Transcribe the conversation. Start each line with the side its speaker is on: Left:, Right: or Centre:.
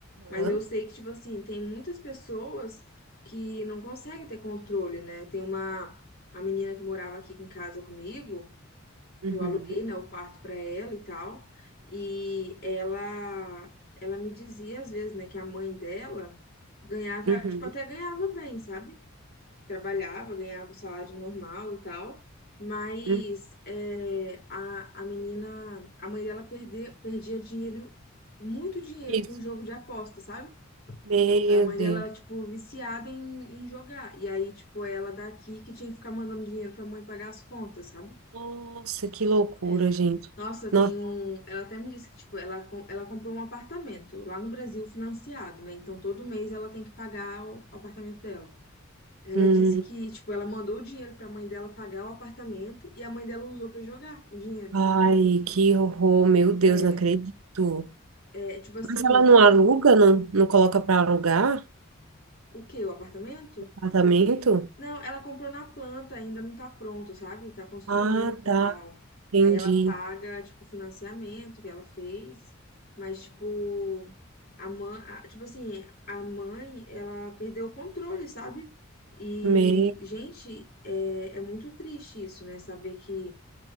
Left: Mas
Right: Hã?
Left: eu sei que, tipo assim, tem muitas pessoas que não conseguem ter controle, né? Tem uma... A menina que morava aqui em casa comigo,
Right: Uhum.
Left: eu aluguei, né, o quarto para ela e tal, e ela ela me dizia às vezes, né, que a mãe dela ganhava,
Right: Uhum.
Left: tipo, até ganhava bem, sabe? Trabalhava, ganhava o salário normal e tal, mas
Right: Uhum.
Left: é, a, a menina, a mãe dela perder, perdia dinheiro, muito dinheiro
Right: Isso.
Left: com jogo de aposta, sabe?
Right: Meu
Left: A mãe
Right: Deus.
Left: dela, tipo, viciada em, em jogar. E aí, tipo, ela daqui que tinha que ficar mandando dinheiro pra mãe pagar as contas, sabe?
Right: Nossa, que loucura,
Left: É.
Right: gente.
Left: Nossa,
Right: Nossa.
Left: tem um. Ela até me disse que, tipo, ela, com- ela comprou um apartamento lá no Brasil financiado, né? Então todo mês ela tem que pagar o apartamento dela. Ela
Right: Hum.
Left: disse que, tipo, ela mandou o dinheiro pra mãe dela pagar o apartamento e a mãe dela usou pra jogar o dinheiro.
Right: Ai, que horror, meu Deus,
Left: É,
Right: não acredito.
Left: é tipo assim,
Right: Mas ela não aluga,
Left: é,
Right: não, não coloca para alugar
Left: o quê? O apartamento?
Right: apartamento?
Left: Não, ela comprou na planta, ainda não tá pronto, sabe? Tá construindo
Right: Ah,
Left: e
Right: tá,
Left: tal.
Right: entendi.
Left: Aí ela paga, tipo, o financiamento que ela fez, mas, tipo, a mãe, a- tipo assim, a mãe, ela perdeu o controle, sabe? E,
Right: Me...
Left: gente, é, é muito triste isso, né? Saber que,